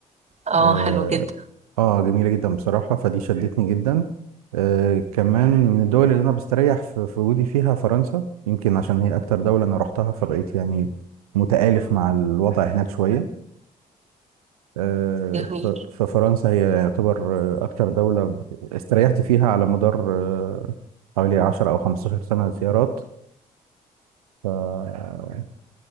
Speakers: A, on the right; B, on the right.
A: اه
B: آه,
A: حلو جدا
B: آه جميلة جدا بصراحة فدي شدتني جدا آه كمان من الدول اللي أنا بستريح في, في وجودي فيها فرنسا يمكن عشان هي أكتر دولة أنا رحتها فبقيت يعني متآلف مع الوضع هناك شوية آه،
A: جميل
B: ف- ففرنسا هي يعتبر آه، أكتر دولة ب- استريحت فيها على مدار آه، حوالي 10 أو 15 سنة زيارات ف آه،